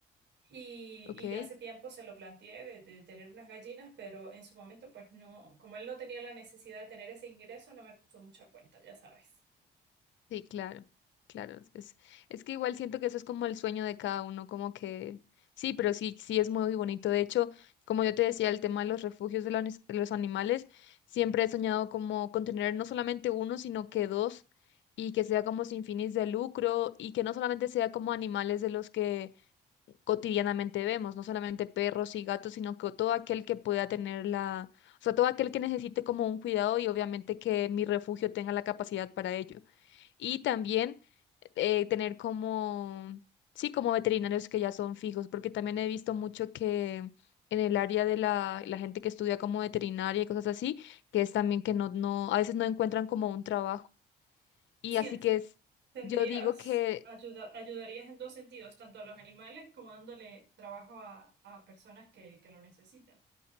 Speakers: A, on the right; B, on the left.
A: Y,
B: ¿Ok?
A: y hace tiempo se lo planteé de, de tener unas gallinas, pero en su momento, pues no, como él no tenía la necesidad de tener ese ingreso, no me puso mucha cuenta, ya sabes.
B: Sí, claro, claro. Es, es que igual siento que eso es como el sueño de cada uno, como que sí, pero sí, sí es muy bonito. De hecho, como yo te decía, el tema de los refugios de los, anis- de los animales, siempre he soñado como con tener no solamente uno, sino que dos, y que sea como sin fines de lucro, y que no solamente sea como animales de los que cotidianamente vemos, no solamente perros y gatos, sino que todo aquel que pueda tener la, o sea, todo aquel que necesite como un cuidado y obviamente que mi refugio tenga la capacidad para ello y también eh, tener como, sí, como veterinarios que ya son fijos, porque también he visto mucho que en el área de la, la gente que estudia como veterinaria y cosas así, que es también que no, no, a veces no encuentran como un trabajo. Y
A: Sí,
B: así
A: ent-
B: que es,
A: tendrías,
B: yo digo que
A: ayuda, ayudarías en dos sentidos, tanto a los animales como dándole trabajo a, a personas que, que lo necesitan.